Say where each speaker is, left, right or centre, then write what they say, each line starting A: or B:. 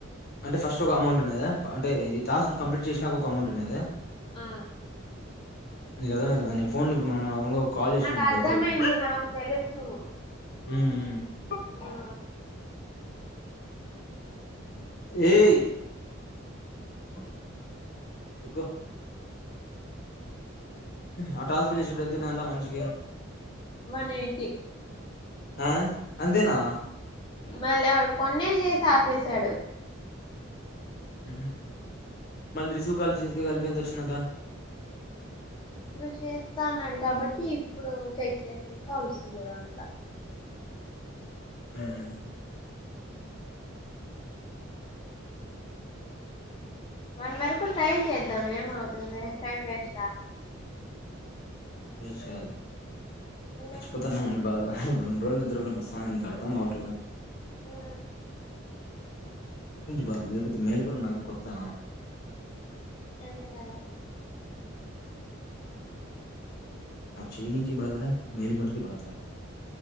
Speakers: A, on the left; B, on the left.
A: అంటే ఫస్ట్ ఒక అమౌంట్ ఉన్నదా అంటే ఇది టాస్క్ కంప్లీట్ చేసినాక ఒక అమౌంట్ ఉన్నదా.
B: ఆ
A: నీకు అర్థమైతుందా నీ ఫోన్ ఇప్పుడు మనం కాల్ చేసినాం
B: నాకు
A: అనుకో
B: అర్ధమయింది
A: అవతలోడికి
B: నాకు తెలుసు.
A: ఉమ్, ఉం
B: ఆ
A: ఏయ్
B: ఓ
A: ఉకో ఆ టాస్క్లు చేసినప్పుడు ఎంతుండదట మనిషికి
B: వన్ ఎయిటీ
A: ఆ అంతేనా
B: మళ్ళీ అవడు కొన్నే చేసి ఆపేశాడు.
A: ఉహు మళ్ళీ రిసీవ్ కాల్చస్త కల్పెంత వచ్చిందట.
B: ఇప్పుడు చేస్తా అన్నాడు. కాబట్టి ఇప్పుడు చెక్ చేసినంత అవుస్తుందిదా అంత
A: ఉం
B: వన్ వరకు టైం చేద్దాం ఏమవుతుంది. టైం వేస్టా
A: వేస్ట్ కాదు.
B: మళ్ళీ
A: చచ్చిపోతాన్నము బాధ రెండు రోజులు నిద్ర పట్టలే మసా నీకు అర్ధం కావట్ల.
B: ఆ
A: బ లేకపోతే మేల్ కూడా నాకేం కొత్తనా
B: అదే గదా
A: ఆ చైైనకి బాధలే మేలుకకి బాధలే